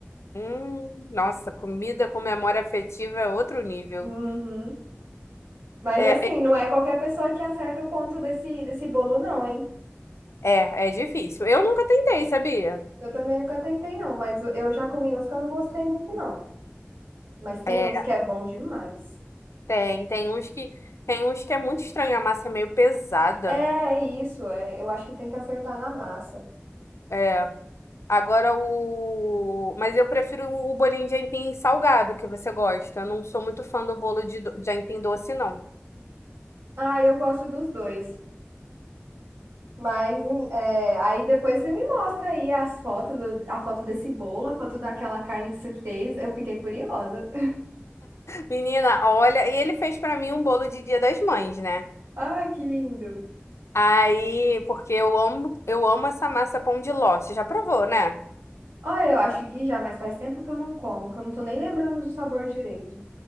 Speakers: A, on the left; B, on the right.
A: Hum, nossa, comida com memória afetiva é outro nível.
B: Uhum. Mas
A: É,
B: assim,
A: é,
B: não é qualquer pessoa que acerta o ponto desse, desse bolo, não, hein?
A: é é difícil. Eu nunca tentei, sabia?
B: Eu também nunca tentei, não, mas eu eu já comi uns que eu não gostei muito, não. Mas tem
A: É,
B: uns que é bom demais.
A: tem, tem uns que, tem uns que é muito estranho, a massa é meio pesada.
B: É isso, é, eu acho que tem que acertar na massa.
A: É, Agora o. Mas eu prefiro o bolinho de aipim salgado que você gosta. Eu não sou muito fã do bolo de, do- de aipim doce, não.
B: Ah, eu gosto dos dois. Mas é, aí depois você me mostra aí as fotos, do- a foto desse bolo, a foto daquela carne que você fez. Eu fiquei curiosa. <laughs>
A: Menina, olha, e ele fez pra mim um bolo de Dia das Mães, né?
B: Ai, que lindo.
A: Aí, porque eu amo, eu amo essa massa pão de ló. Você já provou, né?
B: Olha, eu acho que já, mas faz tempo que eu não como, que eu não tô nem lembrando do sabor direito.